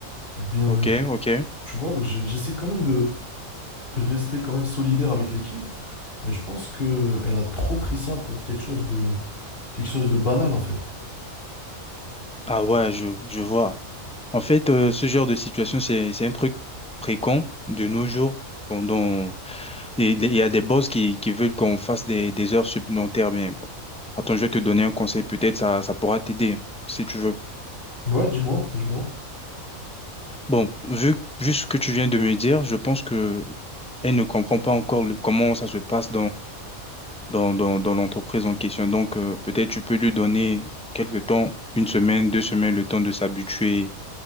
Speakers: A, on the left; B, in the centre.
A: ou bien,
B: Ok,
A: qui-
B: ok.
A: tu vois, donc j'ai- j'essaie quand même de, de rester quand même solidaire avec l'équipe. Mais je pense que elle a trop pris ça pour quelque chose de quelque chose de banal en fait.
B: Ah ouais, je, je vois. En fait, euh, ce genre de situation, c'est, c'est un truc fréquent de nos jours. Bon, dont- et Il y a des boss qui, qui veulent qu'on fasse des, des heures supplémentaires. Mais bon. Attends, je vais te donner un conseil. Peut-être ça, ça pourra t'aider si tu veux.
A: Ouais, dis-moi, dis-moi.
B: Bon, vu, vu ce que tu viens de me dire, je pense que elle ne comprend pas encore le- comment ça se passe dans, dans, dans l'entreprise en question. Donc, euh, peut-être tu peux lui donner quelques temps, une semaine, deux semaines, le temps de s'habituer